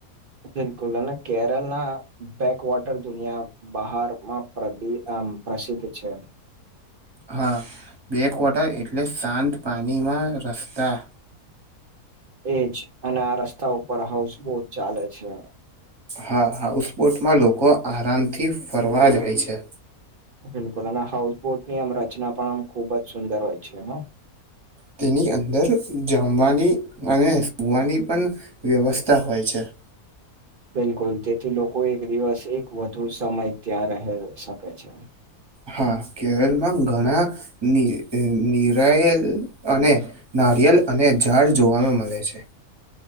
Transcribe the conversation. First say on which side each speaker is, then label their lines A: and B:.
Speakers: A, on the right; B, on the right.
A: બિલકુલ અને કેરલ ના બેક વોટર દુનિયા બહારમાં પ્રદી આમ પ્રસિદ્ધ છે.
B: હા, બેક વોટર એટલે શાંત પાણીમાં રસ્તા.
A: એજ અને આ રસ્તા ઉપર હાઉસબોટ ચાલે છે.
B: હા હાઉસબોટમાં લોકો આરામથી ફરવા જાય છે.
A: બિલકુલ અને હાઉસબોટની આમ રચના પણ આમ ખુબ જ સુંદર હોય છે હા.
B: તેની અંદર જમવાની અને સૂવાની પણ વ્યવસ્થા હોય છે. <inaudible>
A: બિલકુલ તેથી લોકો એક દિવસ એક વધુ સમય ત્યાં રહે શકે છે.
B: હા કેરળમાં ઘણા ની અ નિરાયેલ અને નારિયલ અને ઝાડ જોવામાં મળે છે.